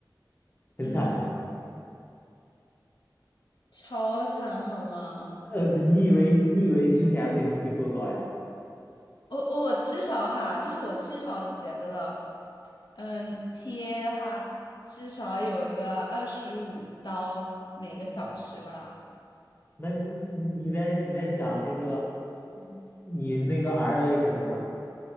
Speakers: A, on the left; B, on the left.
A: 很惨的。
B: 嗯，超惨好吗？
A: 呃，你以为你以为之前会会多高呀？
B: 我、我至少哈，这是我至少觉得的。嗯，TA 的话至少有一个二十五刀每个小时吧。
A: 那你你你在你在想那个你你那个 RA 才多少？